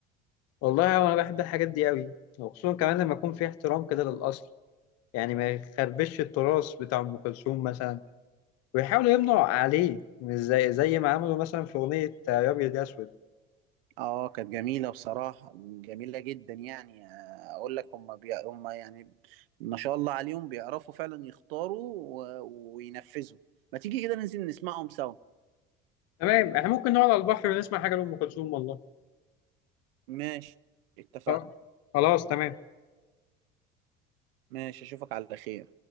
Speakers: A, on the left; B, on the right.
A: والله أنا بحب الحاجات دي قوي وخصوصا كمان لما يكون في احترام كده للأصل يعني ما يخربش التراث بتاع أم كلثوم مثلا ويحاولوا يمنعوا عليه مش زي زي ما عملوا مثلا في أغنية يا أبيض يا أسود
B: اه كانت جميلة بصراحة جميلة جدا يعني آه، اقول لك هم بي... هم يعني ما شاء الله عليهم بيعرفوا فعلا يختاروا و... وينفذوا ما تيجي كده ننزل نسمعهم سوا
A: تمام إحنا ممكن نقعد على البحر ونسمع حاجة لأم كلثوم والله
B: ماشي اتفقنا
A: آه، خلاص تمام
B: ماشي اشوفك على خير